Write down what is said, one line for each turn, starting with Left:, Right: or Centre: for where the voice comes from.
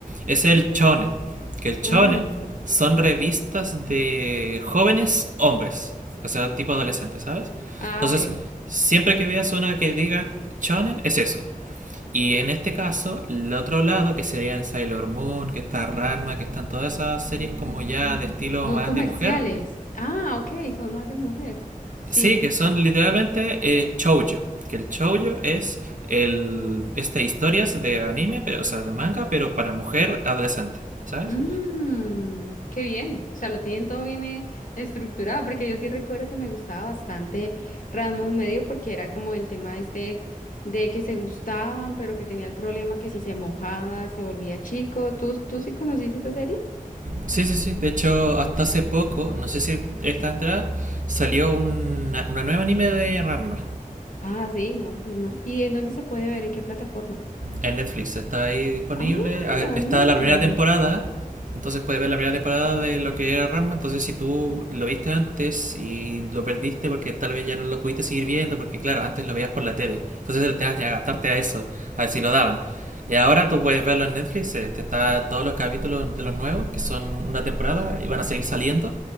Right: es el shonen. Que el shonen
Left: Mm.
Right: son revistas de jóvenes hombres, o sea, tipo adolescentes, ¿sabes?
Left: ah,
Right: Entonces,
Left: ok.
Right: siempre que veas una que diga shonen, es eso. Y en este caso, el otro lado, que serían Sailor Moon, que está Ranma, que están todas esas series como ya de estilo
Left: Muy
Right: más
Left: comerciales.
Right: de mujer,
Left: Ah, ok, son más de mujer. Sí.
Right: sí, que son literalmente eh, shoujo. Que el shoujo es el este historias de anime, pero o sea, de manga, pero para mujer adolescente, ¿sabes?
Left: Mmm, qué bien. O sea, lo tienen todo bien eh, estructurado, porque yo sí recuerdo que me gustaba bastante Rasmus Medio, porque era como el tema este de que se gustaban, pero que tenía el problema que si se mojaba, se volvía chico. ¿Tú, tú sí conociste esa serie?
Right: Sí, sí, sí. De hecho, hasta hace poco, no sé si estás enterada, salió una, una nueva anime de Ranma.
Left: Ah, sí, no, pues no. ¿Y en dónde se puede ver? ¿En qué plataforma?
Right: En Netflix está ahí disponible.
Left: Ah,
Right: Ah, Está
Left: mira.
Right: la primera temporada. Entonces puedes ver la primera temporada de lo que era Rambo. Entonces si tú lo viste antes y lo perdiste porque tal vez ya no lo pudiste seguir viendo. Porque claro, antes lo veías por la tele. Entonces te vas a adaptarte a eso. A ver si lo daban. Y ahora tú puedes verlo en Netflix. Este, está todos los capítulos de los nuevos. Que son una temporada. Y van a seguir saliendo.